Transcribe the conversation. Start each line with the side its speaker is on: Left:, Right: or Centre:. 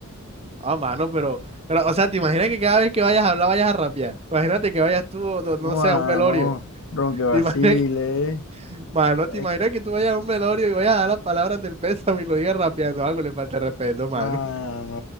Right: Oh, mano, pero, pero, o sea, ¿te imaginas que cada vez que vayas a hablar vayas a rapear? Imagínate que vayas tú, o no, no
Left: Mano,
Right: sé, a un velorio.
Left: ronque
Right: <laughs>
Left: vacile,
Right: ¿Te imaginas que,
Left: eh.
Right: mano, ¿te
Left: Eh,
Right: imaginas que tú vayas a un velorio y vayas a dar las palabras del pésame y lo digas rapeando? Algo le falta de respeto, mano.
Left: Mano,